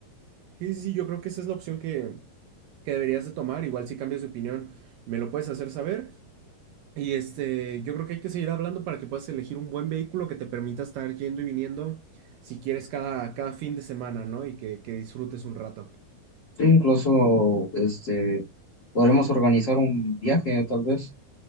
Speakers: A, on the right; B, on the left.
A: Sí, sí, sí, yo creo que esa es la opción que, que deberías de tomar. Igual si cambias de opinión, me lo puedes hacer saber. Y este, yo creo que hay que seguir hablando para que puedas elegir un buen vehículo que te permita estar yendo y viniendo, si quieres, cada, cada fin de semana, ¿no? Y que, que disfrutes un rato.
B: Sí, incluso este, podremos organizar un viaje, tal vez.